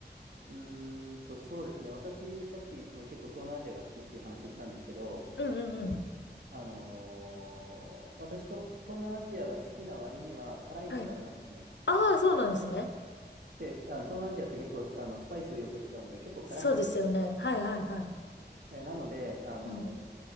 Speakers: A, on the right; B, on the left.
A: うーんと、そうですね。私、さっき、その結構東南アジアが好きっていう話したんですけど、
B: うんうんうん。
A: あのー私と、東南アジアが好きな割には辛いのがダメなんですね。
B: はい。ああ、そうなんですね。
A: で、あの東南アジアって結構あのスパイスよく使うので結構辛いんですよ。
B: そうですよね。はいはいはい。
A: えーなので、あの、
B: うん。